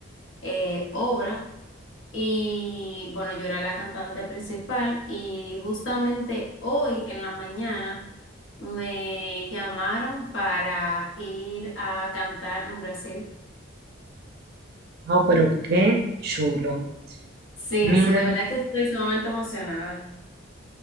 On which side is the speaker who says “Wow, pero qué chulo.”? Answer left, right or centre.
Right